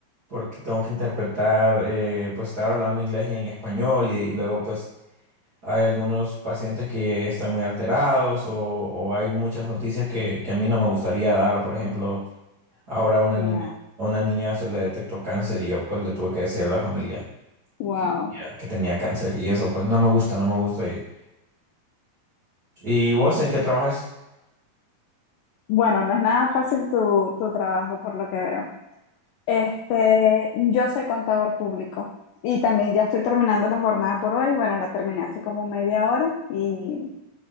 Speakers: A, on the right; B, on the left.
A: porque tengo que interpretar, eh, pues estar hablando inglés y en español y, y luego pues hay algunos pacientes que están muy alterados o, o hay muchas noticias que, que a mí no me gustaría dar, por ejemplo. Ahora una
B: Claro.
A: niña, a una niña se le detectó cáncer y yo pues le tuve que decir a la familia
B: Wow.
A: ya, que tenía cáncer y eso pues no me gusta, no me gusta. ¿Y, ¿y vos en qué trabajas?
B: Bueno, no es nada fácil tu, tu trabajo, por lo que veo. Este, yo soy contador público y también ya estoy terminando la jornada por hoy. Bueno, la terminé hace como media hora y